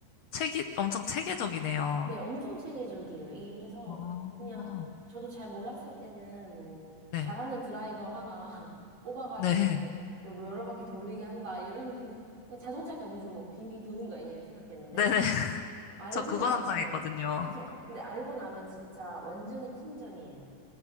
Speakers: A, on the left; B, on the right.
A: 체계, 엄청 체계적이네요.
B: 네, 엄청 체계적이에요. 이게 그래서
A: 어,
B: 그냥 저도 잘 몰랐을 때는 뭐
A: 네,
B: 잘하는 드라이버 하나 <laughs> 뽑아가지고
A: 네, <laughs>
B: 여- 여러 바퀴 돌리게 한다 이런 <laughs> 그냥 자동차 경주 뭐 빙빙 도는 거 아니냐 이렇게 생각했는데
A: 네. 네.
B: 알고
A: 저 그거
B: 나면
A: 상상했거든요.
B: 그쵸? 근데 알고 나면 진짜 완전히 팀전이에요.